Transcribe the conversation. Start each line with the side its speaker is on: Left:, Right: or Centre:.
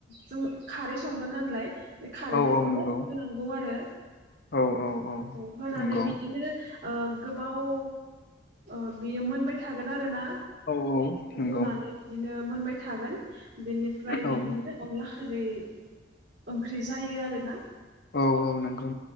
Right: जों खारै संगोन नालाय बे खारैखौबो
Left: औ औ नंगौ
Right: गौ आरो
Left: औ औ
Right: औ होनानै
Left: नंगौ
Right: बिदिनो ओ गोबाव ओ बियो मोनबाय थागोन आरो ना।
Left: औ औ नंगौ
Right: रुनानै बिदिनो मोनबाय थागोन। बेनिफ्राय
Left: औ
Right: बिदिनो अनला खारै ओंख्रि जायो आरोना।
Left: औ औ नोंगौ